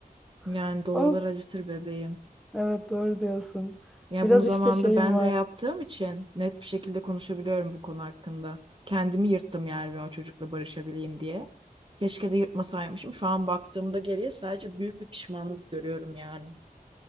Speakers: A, on the right (about 35°); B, in the centre.
A: Yani
B: <laughs>
A: doğrular
B: Of
A: acıtır bebeğim.
B: evet doğru diyorsun.
A: Yani
B: Biraz
A: bunu zamanında
B: işte şeyim
A: ben
B: var.
A: de yaptığım için net bir şekilde konuşabiliyorum bu konu hakkında. Kendimi yırttım yani ben o çocukla barışabileyim diye. Keşke de yırtmasaymışım. Şu an baktığımda geriye sadece büyük bir pişmanlık görüyorum yani.